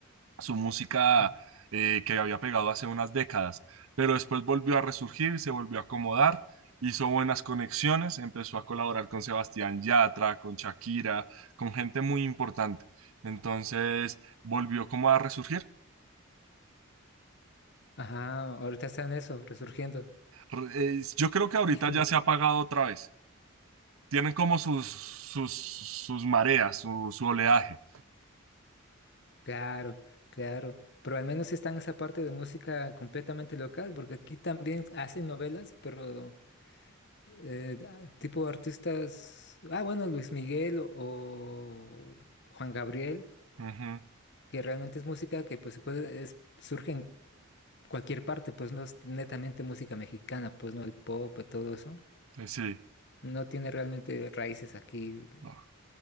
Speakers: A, on the right (about 75°); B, on the left (about 55°).
A: su música
B: mm,
A: eh, que había pegado hace unas décadas, pero después volvió a resurgir, se volvió a acomodar, hizo buenas conexiones, empezó a colaborar con Sebastián Yatra, con Shakira, con gente muy importante. Entonces volvió como a resurgir.
B: Ajá, ahorita están eso, resurgiendo.
A: Re- eh, yo creo que ahorita
B: Hijo,
A: ya se ha apagado otra vez. Tienen como sus, sus, sus mareas, su, su oleaje.
B: claro, claro. Pero al menos están esa parte de música completamente local, porque aquí también hacen novelas, pero eh, ah, tipo artistas, ah, bueno, Luis Miguel o, o Juan Gabriel,
A: Ujú,
B: que realmente es música que pues se puede, es, surge en cualquier parte, pues no es netamente música mexicana, pues no el pop, y todo eso.
A: eh, sí.
B: No tiene realmente raíces aquí,
A: Ah,